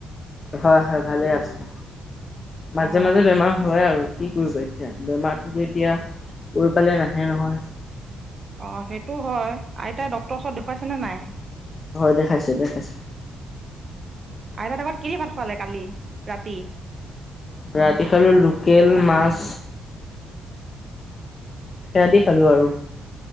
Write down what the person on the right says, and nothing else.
অঁ
অ সেইটো হয় আইতাই ডক্তৰ ওচৰত দেখুৱাইছেনে নাই
আইতাহঁতৰ ঘৰত কি দি ভাত খোৱালে কালি ৰাতি